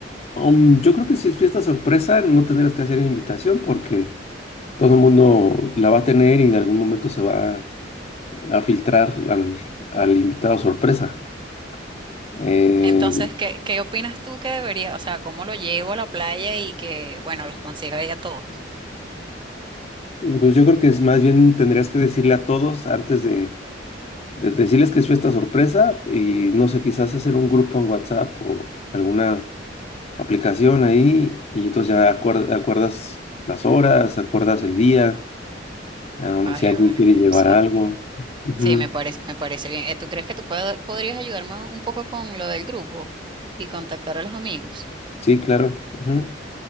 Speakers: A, on the left; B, on the right.
A: Um, yo creo que si es fiesta sorpresa, no tendrías que hacer invitación porque todo el mundo la va a tener y en algún momento se va a filtrar al, al invitado sorpresa. Eh,
B: Entonces, ¿qué, qué opinas tú que debería, o sea, cómo lo llevo a la playa y que, bueno, los consiga ahí a todos?
A: pues yo creo que es más bien tendrías que decirle a todos antes de, de decirles que es fiesta sorpresa y no sé, quizás hacer un grupo en WhatsApp o alguna aplicación ahí y entonces ya acuer- acuerdas las horas, acuerdas el día, um,
B: Vale,
A: si alguien
B: vale.
A: quiere llevar
B: Sí,
A: algo. Ujú.
B: sí, me parece, me parece bien. Eh, ¿tú crees que tú pod- podrías ayudarme un poco con lo del grupo y contactar a los amigos?
A: Sí, claro. ujú.